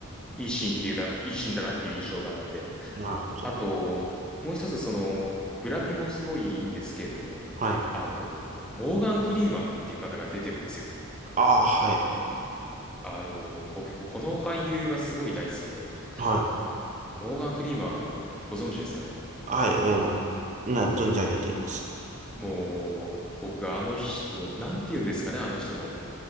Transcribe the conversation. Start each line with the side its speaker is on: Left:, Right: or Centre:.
Centre: いいシーンっていうだ、いいシーンだなっていう印象があって、
Right: なるほど。
Centre: あと、もう一つその、ブラピもすごいいいんですけれども、
Right: はい。
Centre: あの、モーガン・フリーマンっていう方が出てるんですよ。
Right: ああ、はい。
Centre: あの、僕、この俳優がすごい大好きで、
Right: はい。
Centre: あモーガン・フリーマン、ご存知ですかね
Right: はい、うん。な、存じ上げています。
Centre: もう、僕、あの人、なんて言うんですかね、あの人の。